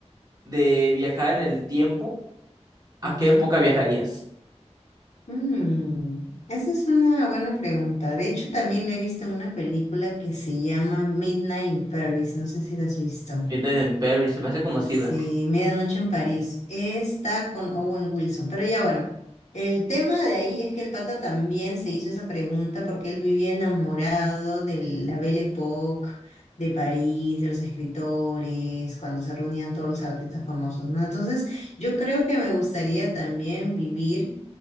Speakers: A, on the right; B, on the left.
A: de viajar en el tiempo, ¿a
B: Ujú.
A: qué época viajarías?
B: Mm, esa es una buena pregunta. De hecho, también la he visto en una película que se llama Midnight in Paris. No sé si la has visto.
A: Midnight in Paris, se me hace conocida.
B: Sí, Medianoche en París. Está con Owen Wilson. Pero ya bueno, el tema de ahí es que el pata también se hizo esa pregunta porque él vivía enamorado de la Belle Époque, de París, de los escritores, cuando se reunían todos los artistas famosos, ¿no? Entonces, yo creo que me gustaría también vivir